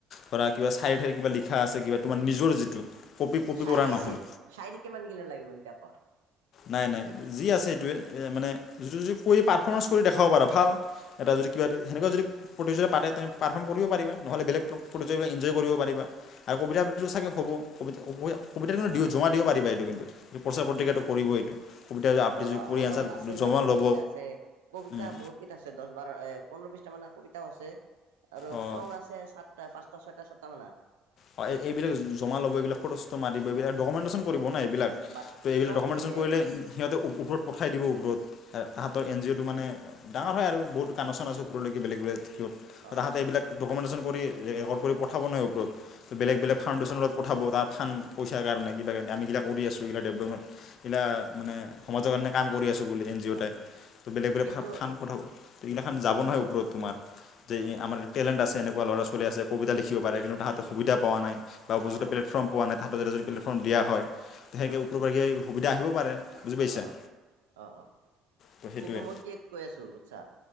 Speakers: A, on the left (about 60°); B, on the right (about 80°).
A: ধৰা কিবা চায়েৰী তায়েৰী কিবা লিখা আছে, কিবা তোমাৰ নিজৰ যিটো। কপি কপি
B: চায়েৰী
A: কৰা নহয়
B: আছে, চায়েৰী কিমান গিলা লাগিব সেইটা কোৱা?
A: নাই, নাই, যি আছে সেইটোৱে, এই মানে যিটো কৰি পাৰফৰ্মেঞ্চ কৰি দেখাব পাৰ ভাল এটা যদি কিবা তুমি সেনেকুৱা যদি প্ৰতিযোগিতা পাতে তুমি পাৰফৰ্ম কৰিব পাৰিবা, নহ'লে বেলেগ প প্ৰতিযোগিতাবিলাক এনজয় কৰিব পাৰিবা। আৰু কবিতা আবৃত্তি চাগে হ'ব, কবিতা কবিতা কবিতাৰ কিন্তু,
B: অ
A: দিব
B: অ
A: জমা দিব পাৰিবা, এইটো কিন্ত, প্ৰচাৰ
B: অ
A: পত্ৰিকাটো
B: অ অ
A: কৰিব এইটো কবিতা আবৃত্তি
B: ৰ'বা,
A: যদি কৰি
B: মোৰ
A: আনচাৰ
B: লগত আছে, ইমান
A: জমা
B: বহুত
A: ল'ব
B: কেইটা আছে, কবিতা
A: উম,
B: বহুত <unintelligible> আছে, দশ বাৰ এ, পোন্ধৰ, বিশটা মান কবিতাও আছে আৰু
A: অঁ
B: চং আছে চা টা, পাঁচটা, ছয়টা, সাতটা মানা
A: হয়, এইবিলাক জমা ল'ব, এইবিলাক ফটো চটো মাৰিব, এইবিলাক ডকুমেণ্টেশ্যন কৰিব ন' এইবিলাক।
B: বাট
A: তো এইবিলাক
B: চংটো
A: ডকুমেণ্টেশ্যন কৰিলে,
B: এ
A: সিহঁতেও ওপৰত পঠাই দিব ওপৰত, এই তাঁহাতৰ এন জি অ'টো মানে ডাঙৰ হয় আৰু বহুত কানেকশ্যন আছে, ওপৰলৈকে বেলেগ বেলেগ থাকিব।
B: অ
A: তাহাঁতে এইবিলাক ডকুমেণ্টেশ্যন কৰি, ৰেকৰ্ড কৰি পঠাব নহয় ওপৰত। তো বেলেগ
B: হয়
A: বলেগ
B: হয়
A: ফাউণ্ডেশ্যন লগত পঠাব, তাৰ ফাণ্ড, পইচা
B: হয়
A: কাৰণে, কিবা কাৰণে, আমি কিবা কৰি
B: হয়
A: আছোঁ, এইগিলাক ডেভলপমেন্ট গিলা মানে, সমাজৰ কাৰণে কাম কৰি আছোঁ বুলি, এন জি
B: হয়
A: অ' তে।
B: হয়
A: তো বেলেগ বেলেগ
B: কিন্তু
A: ফা ফাণ্ডত পঠাব, তো এইগিলাখন যাব নহয় ওপৰত তোমাৰ, যে
B: অ
A: ই
B: অ
A: আমাৰ টেলেণ্ট আছে, এনেকুৱা ল'ৰা-ছোৱালী আছে, কবিতা লিখিব পাৰে কিন্তু, তাহাঁতে সুবিধা পোৱা নাই। বা উপযুক্ত
B: অ
A: প্লেটফৰ্ম পোৱা নাই, তাহাঁতক যদি প্লেটফৰ্ম দিয়া হয়। সেনকে
B: অ
A: ওপৰৰ পৰা কিবা-কিবি সুবিধা আহিব পাৰে, বুজি পাইছা?
B: অ অ অ অ',
A: তো সেইটোৱে
B: কিন্তু, মই কি কৈ আছোঁ বুজছা?